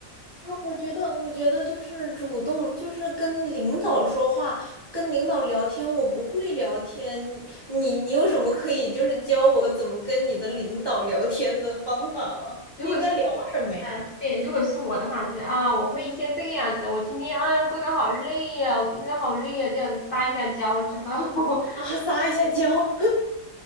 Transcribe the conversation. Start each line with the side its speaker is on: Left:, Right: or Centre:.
Right: 啊，我觉得，我觉得就是主动，就是跟领导说话，跟领导聊天，我不会聊天。你你你有什么可以就是教我怎么跟你的领导聊天的方法吗？
Left: 如果是
Right: 就应该聊什么呀？
Left: 嗯，对，如果是我的话，就是啊，我会先这个样子，我今天啊过得好累呀、我今天好累呀、这样子撒一下娇之后，<laughs>
Right: 啊，撒一下娇，